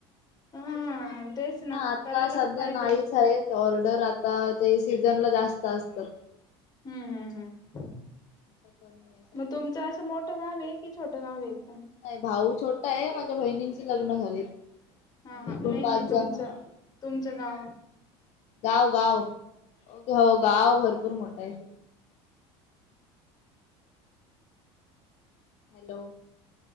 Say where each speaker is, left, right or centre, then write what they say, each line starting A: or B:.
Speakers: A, on the left (about 30°); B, on the left (about 55°).
A: हा तेच ना
B: ह आता
A: करायलाच
B: सध्या
A: पाहिजे
B: नाहीच आहेत ऑर्डर आता ते सीझन ला जास्त असतात
A: हम्म हम्म हम्
B: आता कमी आहे सगळं
A: मग तुमचं असं मोठ भाव आहे कि छट गा वेा
B: नाही भाऊ छोटा आहे माझ्या बहिणींची लग्न झाली
A: हा
B: आ म
A: हा
B: एकूण
A: नाही
B: पाच
A: नाही
B: जण
A: तुमचं
B: ह
A: तुमचं गाव
B: गाव गाव हो गाव भरपूर मोठा आहे हॅलो